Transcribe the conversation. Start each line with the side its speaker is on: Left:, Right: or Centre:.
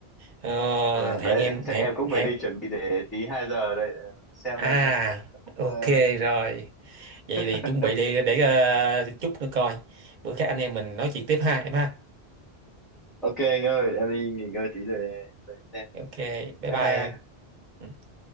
Right: Ờ,
Centre: và
Right: hẹn
Centre: đấy
Right: em
Centre: chắc
Right: hẹn
Centre: em cũng phải
Right: hẹn
Centre: đi chuẩn bị để tí 2 giờ đây xem
Right: à
Centre: đây anh ạ cũng
Right: ok
Centre: ờ,
Right: rồi vậy
Centre: <laughs>
Right: thì chuẩn bị đi để ờ, chút nữa coi bữa khác anh em mình nói chuyện tiếp ha em ha
Centre: ok anh ơi em đi nghỉ ngơi tí rồi để xem
Right: ok bye
Centre: bye
Right: bye
Centre: bye anh.
Right: em